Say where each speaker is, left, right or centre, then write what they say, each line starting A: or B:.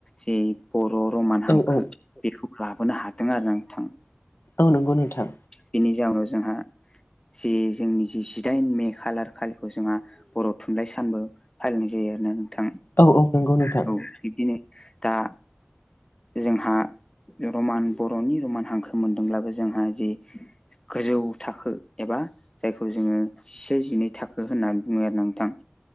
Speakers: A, on the left; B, on the left.
A: जे बर' रमान हांखो
B: औ औ
A: बेखौ लाबोनो हादों आरो ना नोंथां।
B: औ नंगौ नोंथां।
A: बिनि जाउनाव जोंहा। जे जोंनि जे जिदाइन मे खालार खालिखौ जोंहा। बर' थुनलाइ सानबो फालिनाय जायो आरोना नोंथां।
B: औ औ नंगौ नोंथां।
A: औ बिदिनो दा। जोंहा रमान बर'नि रमान हांखो मोनदोंब्लाबो जोंहा जि गोजौ थाखो एबा जायखौ जोङो जिसे जिनै थाखो होननानै बुङो आरो नोंथां।